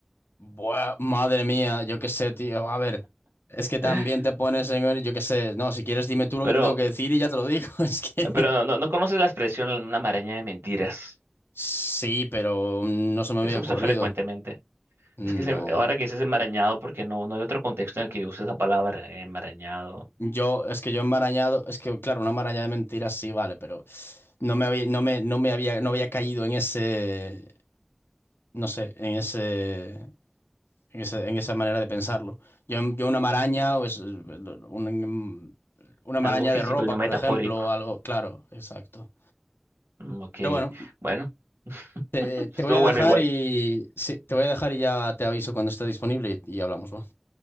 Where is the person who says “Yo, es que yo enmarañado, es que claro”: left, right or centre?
Left